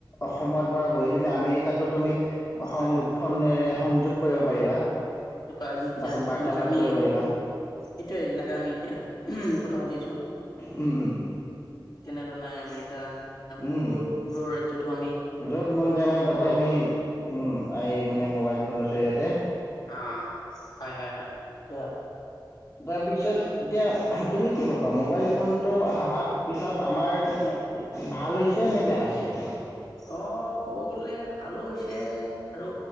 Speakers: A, on the left; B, on the left.
A: অসমৰ পৰা বহি তুমি আমেৰিকাতো তুমি সং
B: হয় হয়
A: ফনেৰে সংযুক্ত কৰিব পাৰিবা।
B: <unintelligible> যুকা আজি যেতিয়া
A: বাৰ্তালাপ
B: সেনেকাে আমি
A: কৰিব পাৰিবা
B: এতিয়ায়ে যেনেকা আমি এতিয়া কথা পাতি আছো।
A: উম উম
B: ঠিক তেনেদৰণে আমেৰিকা। মানে বহুত
A: উম,
B: বহুত দূৰৰ ৰাজ্যতো আমি
A: য'ত মন যায় মানে
B: খবৰ
A: তাতে
B: ল'ব
A: আমি
B: পাৰো।
A: উম, আই মানে মোবাইল ফোনৰ জৰিয়তে
B: হা, হয়, হয়, হয় ঠিক কৈছা।
A: তাৰপিছতে। এতিয়া তুমি কি ভাবা। বা, মোবাইল ফোনটো আহাৰ পিছত আমাৰ
B: হয়
A: ভাল হৈছ হৈছে নে বেয়া হৈছে।
B: অ' ক'ব গলে ভালো হৈছে আৰু